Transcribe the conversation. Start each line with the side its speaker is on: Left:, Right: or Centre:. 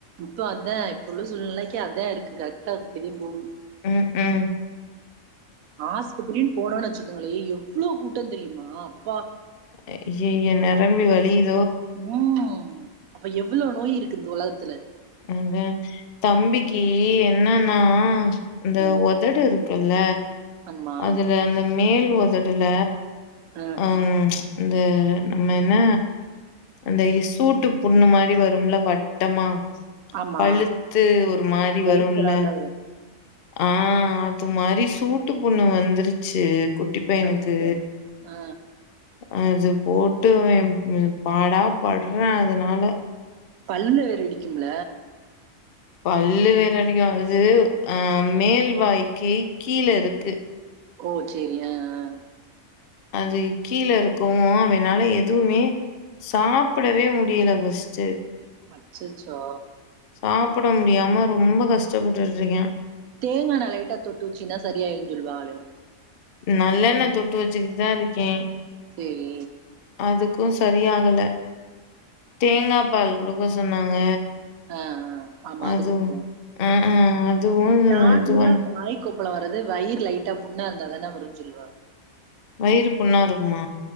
Right: இப்போ அதான் இப்ப உள்ள சூழ்நிலைக்கு அதான் இருக்கு கரெக்ட்டா பெரியும் போவும்
Left: உம் உம்
Right: ஆஸ்பத்திரின்னு போடோனு வச்சுக் னாலே எவ்ளோ கூட்டம் தெரியுமா பா
Left: அய்யய்ய நெரம்பி வளியுது
Right: உம் அப்ப எவ்வள நோய் இருக்கு இந்த உலகத்ல
Left: அந்த தம்பிக்கு என்னன் ஆ ஆ ஆ இந்த
Right: ம்.
Left: ஒதடு இருக்கு என்ன
Right: ஆமா.
Left: அதுல அந்த மேல் ஒதடுல
Right: அ
Left: உம் இந்த நம்ம என்ன அந்த சூட்டு புண்ணு மாரி வரும்ல வட்டமா
Right: ஆமா.
Left: பழுத்து ஒரு மாரி
Right: ஒயிட்
Left: வரும்ல
Right: கலர்ல
Left: ஆ அது மாரி சூட்டு புண்ணு வந்துருச்சு குட்டி பையனுக்கு
Right: அச்சச்சோ! ஆ.
Left: அது போட்டு பாடா பட்றே அதனால
Right: பல்லுல வேற இடிக்கும்ல
Left: பல்லு வேர இடியாவது அ மேல்வாய்க்கு கீழ இருக்கு
Right: ஓ சேரி ஆ ஆ
Left: அது கீழ இருக்கவு அவனால எதுவுமே சாப்பிடவே முடியல ஃபஸ்ட்டு
Right: அச்சச்சோ
Left: சாப்ட முடியாம ரொம்ப கஷ்டப்பட்டுட்டு இருக்கியா
Right: தேங்காண்ண லைட்டா தொட்டு வச்சினா சரியாயிருன்னு சொல்வாங்ளே
Left: நல்லெண்ண தொட்டு வச்சுக்கிட்டுதா இருக்கே
Right: சேரி
Left: அதுக்கு சரியாகல தேங்காபால் குடுக்க சொன்னாங்க
Right: ஆ ஆமா
Left: அதுவு
Right: அது குடுத்தே
Left: ஆ ஆ அதுவு
Right: நார்மலா
Left: இது பண்
Right: வாய்க்கு அப்பலா வரது வயிர் லைட்டா புண்ணா இருந்தாதானா வருனு சொல்லுவாங்க
Left: வயிறு புண்ணா இருக்குமா